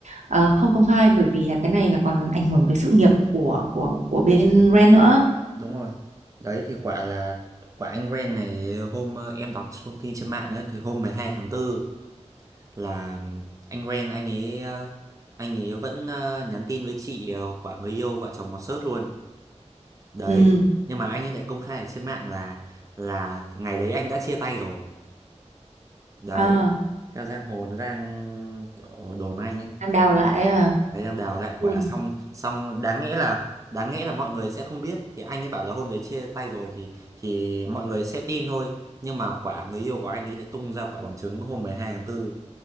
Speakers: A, on the right (about 75°); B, on the right (about 25°).
A: Ờ, không công khai bởi vì là cái này là còn ảnh hưởng tới sự nghiệp của của của bên Ren nữa
B: đúng rồi. Đấy thì quả là quả anh Ren này hôm ờ, em đọc thông tin trên mạng ấy, thì hôm 12 tháng 4 là anh Ren anh ấy ờ, anh ấy vẫn ờ, nhắn tin với chị ờ, quả người yêu vợ chồng còn sớt luôn đấy
A: ừ
B: nhưng mà anh ấy lại công khai ở trên mạng là là ngày đấy anh đã chia tay rồi đấy
A: à,
B: theo giang hồ nó đang kiểu đồn anh ấy
A: đang đào lại à.
B: đấy đang đào lại quả
A: ui
B: xong xong đáng nghĩa là đáng nghĩa là mọi người sẽ không biết thì anh ấy bảo là hôm đấy chia tay rồi thì thì mọi người sẽ tin thôi nhưng mà quả người yêu của anh ấy lại tung ra quả bằng chứng hôm 12 tháng 4